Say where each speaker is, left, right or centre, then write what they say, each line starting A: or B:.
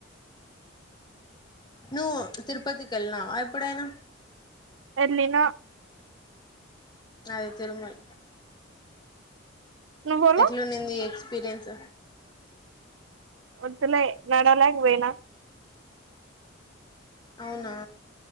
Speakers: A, on the left; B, on the right.
A: నువ్వు తిరుపతికి వెళ్ళినావా ఎప్పుడైనా
B: వెళ్ళిన
A: అదే తిరుమల
B: నువ్వు పోలా
A: ఎట్లునింది ఎక్స్పీరిన్స్
B: వద్దులే నడవలాక పోయినా
A: అవునా